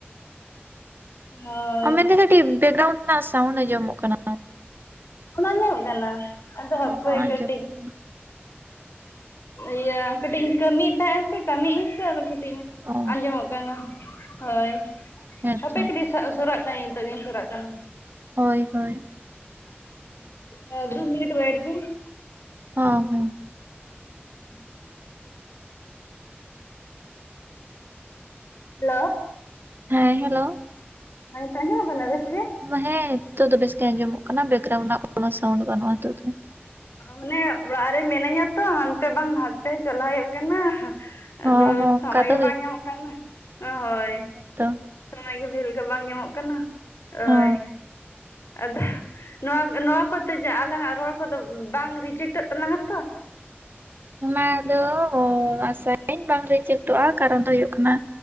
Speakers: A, on the left; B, on the right.
A: ᱦᱳᱭ
B: ᱢᱮᱱᱫᱟᱹᱧ ᱫᱤᱫᱤ ᱵᱮᱠᱜᱨᱟᱩᱱᱰ ᱨᱮᱱᱟᱜ ᱥᱟᱣᱩᱱᱰ ᱟᱸᱡᱚᱢᱚᱜ ᱠᱟᱱᱟ᱾
A: ᱚᱱᱟ ᱟᱧᱡᱚᱢᱚᱜ ᱠᱟᱱᱟ ᱟᱫᱚ
B: ᱦᱚᱸ
A: ᱦᱟᱯᱚᱭ
B: ᱟᱸᱡᱚᱢᱚᱜ
A: ᱠᱟᱹᱴᱤᱡᱼᱼ
B: ᱠᱟᱱᱟ
A: ᱤᱭᱟᱹ ᱠᱟᱹᱴᱤᱡ ᱤᱧ ᱠᱟᱹᱢᱤᱭᱮᱫ ᱛᱟᱦᱮᱸᱫ ᱥᱮ ᱠᱟᱹᱢᱤᱧ ᱥᱮ ᱠᱟᱹᱴᱤᱡ
B: ᱚ
A: ᱟᱸᱡᱚᱢᱚᱜ ᱠᱟᱱᱟ ᱦᱳᱭ
B: ᱦᱮᱸᱛᱚ
A: ᱦᱟᱯᱮ ᱠᱟᱹᱴᱤᱡ ᱥᱚᱨᱚᱨᱟᱜ ᱠᱟᱱᱟᱧ ᱱᱤᱛᱚ ᱜᱤᱧ ᱥᱚᱨᱟᱜ ᱠᱟᱱᱟ᱾
B: ᱦᱳᱭ ᱦᱳᱭ᱾
A: <unintelligible> ᱟᱫᱚ ᱢᱤᱱᱤᱴ ᱳᱭᱮᱴ ᱵᱤᱱ ᱾
B: ᱦᱚᱸ ᱦᱚᱸ᱾
A: <inaudible> ᱦᱮᱞᱳ
B: ᱦᱮᱸ ᱦᱮᱞᱳ᱾
A: ᱦᱮᱸ ᱱᱤᱛᱳᱜ ᱟᱸᱡᱚᱢᱚᱜ ᱠᱟᱱᱟ ᱵᱮᱥ ᱜᱮ?
B: ᱦᱮᱸ ᱱᱤᱛᱚᱜ ᱫᱚ ᱵᱮᱥ ᱜᱮ ᱟᱸᱡᱚᱢᱚᱜ ᱠᱟᱱᱟ ᱵᱮᱠᱜᱨᱟᱣᱩᱱᱰ ᱨᱮᱱᱟᱜ ᱠᱚᱱᱚ ᱥᱟᱣᱩᱱᱰ ᱵᱟᱹᱱᱩᱜ-ᱟ ᱱᱤᱛᱚᱜ ᱫᱚ᱾
A: ᱚᱱᱮ ᱚᱲᱟᱜ ᱨᱮ ᱢᱤᱱᱟᱹᱧᱟ ᱛᱚ ᱦᱟᱱᱛᱮ ᱵᱟᱝ ᱱᱟᱛᱮ ᱪᱟᱞᱟᱣ ᱦᱩᱭᱩᱜ ᱠᱟᱱᱟ᱾
B: ᱦᱚᱸ
A: ᱟᱫᱚ
B: ᱦᱚᱸ ᱚᱱᱠᱟ
A: ᱥᱚᱢᱚᱭ
B: ᱫᱚ
A: ᱜᱮ ᱵᱟᱝ ᱧᱟᱢᱚᱜ ᱠᱟᱱᱟ ᱦᱳᱭ᱾
B: ᱛᱚ
A: ᱥᱚᱢᱚᱭ ᱜᱮ ᱵᱷᱮᱞ ᱜᱮ ᱵᱟᱝ ᱧᱟᱢᱚᱜ ᱠᱟᱱᱟ ᱦᱳᱭ᱾
B: ᱦᱚᱸ
A: ᱟᱫᱚ ᱱᱚᱣᱟ ᱱᱚᱣᱟ ᱠᱚᱛᱮ ᱡᱮ ᱟᱞᱟᱝ ᱟᱜ ᱨᱚᱲ ᱠᱚᱫᱚ ᱵᱟᱝ ᱨᱤᱡᱮᱠᱴᱚᱜ ᱛᱟᱞᱟᱝᱟ ᱛᱚ?
B: ᱚᱱᱟ ᱫᱚ ᱟᱥᱟᱭᱟᱹᱧ ᱵᱟᱝ ᱨᱤᱡᱮᱠᱴᱚᱜ-ᱟ ᱠᱟᱨᱚᱱ ᱫᱚ ᱦᱩᱭᱩᱜ ᱠᱟᱱᱟ